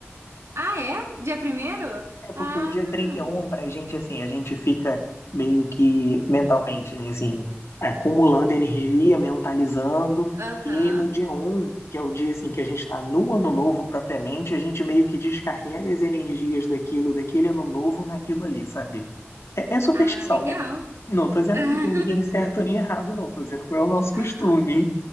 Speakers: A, on the right; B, on the left.
A: Ah, é? Dia primeiro?
B: É porque
A: Ah,
B: o dia 31, pra gente, assim, a gente fica meio que mentalmente, né, assim, acumulando energia, mentalizando.
A: aham.
B: E aí no dia um que é o dia, assim, que a gente tá no ano novo propriamente, a gente meio que descarrega as energias daquilo, daquele ano novo naquilo ali, sabe? É, é superstição,
A: Ah, legal.
B: né? Não tô dizendo
A: <laughs>
B: que tem ninguém certo nem errado, não. Tô dizendo qual é o nosso costume.
A: Aham,